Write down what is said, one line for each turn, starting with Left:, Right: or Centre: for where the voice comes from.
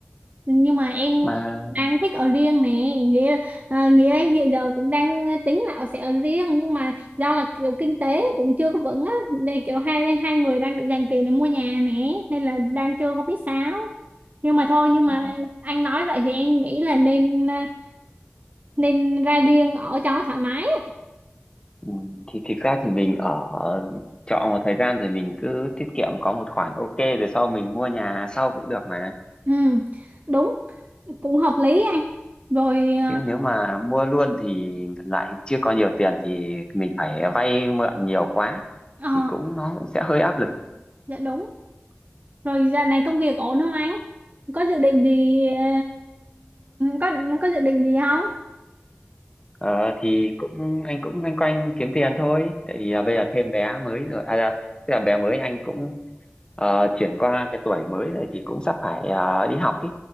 Right: nhưng mà em
Left: mà
Right: đang thích ở riêng nè nghĩa à, nghĩa em hiện giờ cũng đang tính là sẽ ở riêng nhưng mà do là kiểu kinh tế cũng chưa có vững á nên kiểu hai hai người đang định dành tiền để mua nhà nè nên là đang chưa có biết sao nhưng mà thôi nhưng
Left: ừ,
Right: mà anh nói vậy thì em nghĩ là nên à, nên ra riêng ở cho thoải mái á.
Left: ừ, thì thực ra thì mình ở trọ một thời gian rồi mình cứ tiết kiệm có một khoản ok rồi sau mình mua nhà sau cũng được mà
Right: ừ, đúng cũng hợp lý anh rồi à,
Left: Thế nếu mà mua luôn thì lại chưa có nhiều tiền thì mình phải vay mượn nhiều quá
Right: ờ
Left: thì cũng nó cũng sẽ hơi áp lực.
Right: dạ đúng rồi giờ này công việc ổn không anh có dự định gì ờ, có có dự định gì không
Left: Ờ, thì cũng anh cũng loanh quanh kiếm tiền thôi. Tại vì là bây giờ thêm bé mới rồi, à, dạ, tức là bé mới anh cũng ờ, chuyển qua cái tuổi mới rồi thì cũng sắp phải ờ, đi học ý.